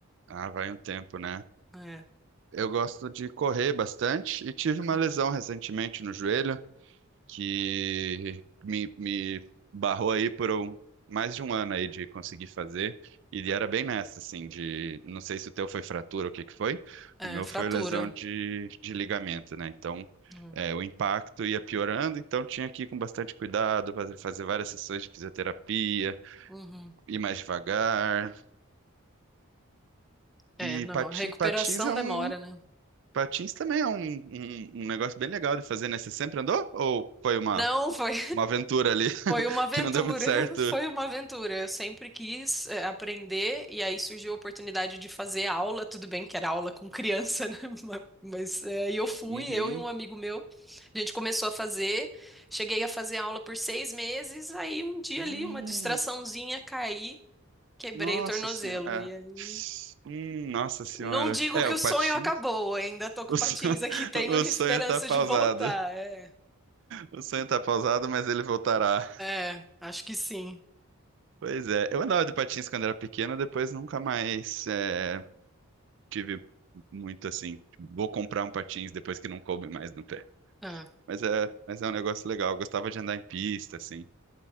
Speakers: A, on the right; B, in the centre.
A: Ah, vai um tempo, né?
B: É,
A: Eu gosto de correr bastante e tive
B: Aham.
A: uma lesão recentemente no joelho. que me, me barrou aí por um- mais de um ano aí de conseguir fazer. E era bem nessa, assim, de não sei se o teu foi fratura ou o que que foi.
B: é
A: O meu
B: fratura.
A: foi lesão de, de ligamento, né? Então,
B: Hum,
A: é, o impacto ia piorando, então tinha que ir com bastante cuidado, fazer, fazer várias sessões de fisioterapia,
B: uhum.
A: ir mais devagar.
B: É,
A: E
B: não,
A: pati-
B: a recuperação
A: patins é um.
B: demora, né?
A: Patins também é um, um, um negócio bem legal de fazer, né? Você sempre andou? Ou foi uma,
B: Não, foi.
A: uma aventura ali <laughs>
B: Foi uma aventura,
A: que não deu muito certo?
B: <laughs> foi uma aventura. Eu sempre quis eh, aprender e aí surgiu a oportunidade de fazer aula. Tudo bem que era aula com criança, <laughs> né? Ma- Mas eh, e eu fui,
A: Uhum.
B: eu e um amigo meu. A gente começou a fazer, cheguei a fazer aula por seis meses. Aí um dia
A: Hum,
B: ali, uma distraçãozinha, caí, quebrei
A: nossa
B: o tornozelo.
A: senhora. É.
B: E aí,
A: Hum, nossa senhora.
B: não digo
A: É,
B: que
A: o
B: o sonho
A: Patins.
B: acabou, ainda tô com
A: O
B: patins
A: sonho, <laughs>
B: aqui, tenho
A: o
B: esperança
A: sonho tá pausado.
B: de voltar. É,
A: O sonho tá pausado, mas ele voltará.
B: é, acho que sim.
A: Pois é. Eu andava de patins quando era pequeno, depois nunca mais é, tive muito assim. Vou comprar um patins depois que não coube mais no pé.
B: Ah.
A: Mas é, mas é um negócio legal. Eu gostava de andar em pista, assim.